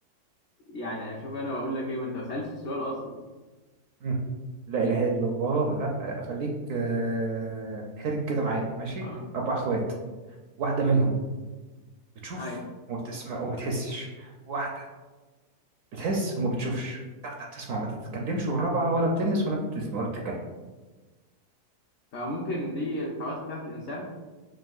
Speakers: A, on the left (about 65°); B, on the right (about 70°).
A: يعني اشوف انا واقول لك ايه ما انت ما سالتش السؤال اصلا
B: مم. لا إله إلا الله لا خليك آه، حرك كده معايا ماشي
A: اه
B: أربع أخوات واحدة منهم بتشوف
A: ايوه
B: وما بتسمع وما بتحسش واحدة بتحس وما بتشوفش التالتة بتسمع وما بتتكلمش والرابعة ولا بتلمس ولا بتسمع ولا بتتكلم
A: فممكن دي الحواس بتاعت الانسان